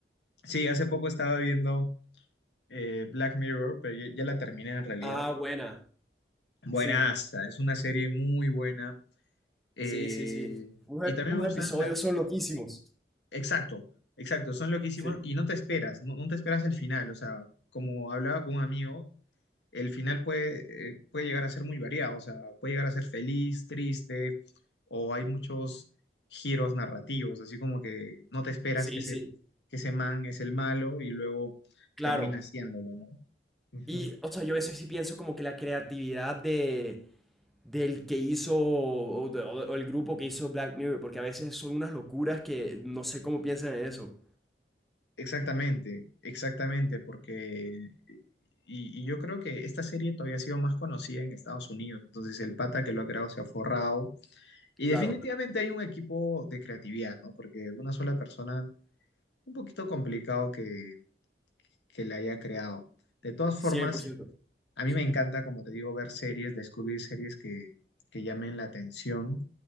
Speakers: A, on the left; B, in the centre.
A: Sí, hace poco estaba viendo eh, Black Mirror, pero ya, ya la terminé en realidad.
B: Ah, buena.
A: Buenaza,
B: Sí,
A: es una serie muy buena. eh,
B: sí, sí, sí. Unos,
A: y
B: ep-
A: también
B: unos
A: me gustan,
B: episodios
A: la-
B: son loquísimos.
A: exacto, exacto, son lo que hicimos
B: Sí.
A: y no te esperas, no, no te esperas el final. O sea, como hablaba con un amigo, el final puede, eh, puede llegar a ser muy variado, o sea, puede llegar a ser feliz, triste, o hay muchos giros narrativos, así como que no te esperas
B: Sí,
A: que ese,
B: sí,
A: que ese man es el malo y luego
B: claro.
A: termina haciéndolo, ¿no? Ujú.
B: Y, o sea, yo a veces sí pienso como que la creatividad de, del que hizo, o, de- o- o el grupo que hizo Black Mirror, porque a veces son unas locuras que no sé cómo piensan en eso.
A: Exactamente, exactamente, porque y, y yo creo que esta serie todavía ha sido más conocida en Estados Unidos, entonces el pata que lo ha creado se ha forrado y
B: Claro,
A: definitivamente hay un equipo de creatividad, ¿no? Porque una sola persona, un poquito complicado que, que la haya creado. De todas
B: cien
A: formas,
B: por ciento.
A: a mí
B: Sí,
A: me encanta, como te digo, ver series, descubrir series que, que llamen la atención